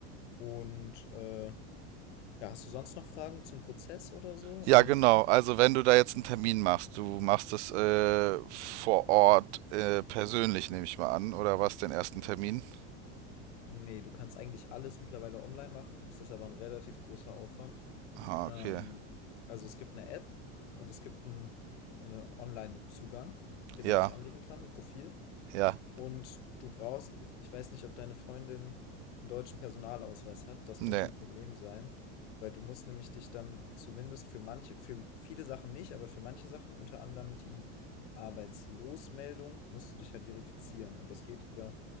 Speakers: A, on the left; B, on the right.
A: Und äh, ja, hast du sonst noch Fragen zum Prozess oder so?
B: Ja,
A: Oder?
B: genau. Also wenn du da jetzt einen Termin machst, du machst es äh, vor Ort äh, persönlich, nehme ich mal an, oder was, den ersten Termin?
A: Nee, du kannst eigentlich alles mittlerweile online machen. Es ist aber ein relativ großer Aufwand.
B: Ah,
A: Ähm,
B: okay.
A: also es gibt eine App und es gibt einen, einen Online-Zugang, den
B: Ja,
A: man sich anlegen kann, ein Profil.
B: ja.
A: Und du brauchst ich weiß nicht, ob deine Freundin einen deutschen Personalausweis hat. Das
B: Nee.
A: könnte ein Problem sein, weil du musst nämlich dich dann zumindest für manche für viele Sachen nicht, aber für manche Sachen, unter anderem die Arbeitslosmeldung, musst du dich halt verifizieren. Und das geht über